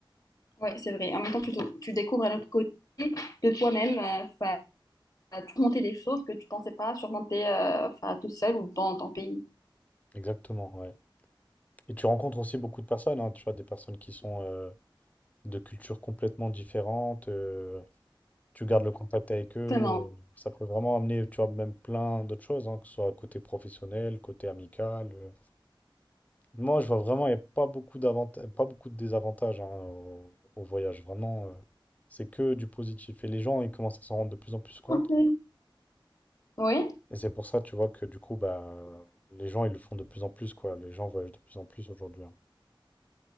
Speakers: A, on the left (about 40°); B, on the left (about 15°).
A: Ouais, c'est vrai. En même temps, tu, te- tu découvres un autre côté de toi-même, euh, enfin, à te monter des choses que tu pensais pas surmonter euh, enfin, tout seul ou dans ton pays.
B: Exactement, ouais. Et tu rencontres aussi beaucoup de personnes, hein, tu vois, des personnes qui sont euh, de cultures complètement différentes. euh, tu gardes le contact avec eux.
A: Exactement.
B: euh, ça peut vraiment amener, tu vois, même plein d'autres choses, hein, que ce soit côté professionnel, côté amical. euh. Moi, je vois vraiment, il n'y a pas beaucoup d'avantages, pas beaucoup de désavantages hein, au, au voyage. Vraiment, euh, c'est que du positif. Et les gens, ils commencent à s'en rendre de plus en plus compte.
A: Ok. Oui,
B: Et c'est pour ça, tu vois, que du coup, bah, les gens, ils le font de plus en plus, quoi. Les gens voyagent de plus en plus aujourd'hui. hein.